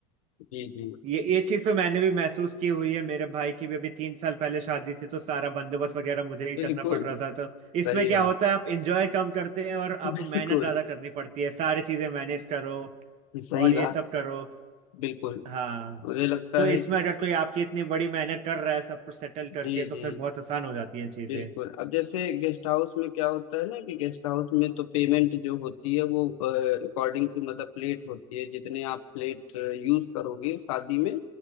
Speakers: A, on the left; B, on the right.
A: जी जी
B: ये ये चीज तो मैंने भी महसूस की हुई है मेरे भाई की भी अभी तीन साल पहले शादी थी तो सारा बंदोबस्त वगैरह मुझे ही करना
A: बिल्कुल
B: पड़ रहा था तो इसमें
A: सही
B: क्या
A: बात
B: होता है आप एंजॉय कम करते हैं और आपको
A: बिल्कुल
B: मेहनत ज्यादा करनी पड़ती है सारी चीजें मैनेज करो
A: सही
B: और ये
A: बात
B: सब करो
A: बिल्कुल
B: हाँ
A: मुझे लगता
B: तो
A: है
B: इसमें
A: कि
B: अगर कोई आपकी इतनी बड़ी मेहनत कर रहा है सब कुछ सेटल करके
A: जी
B: तो
A: जी
B: फिर बहुत आसान हो जाती हैं चीजें
A: बिल्कुल अब जैसे गेस्ट हाउस में क्या होता है ना कि गेस्ट हाउस में तो पेमेंट जो होती है वो अकॉर्डिंग टू मतलब प्लेट होती है जितने आप प्लेट यूज करोगे शादी में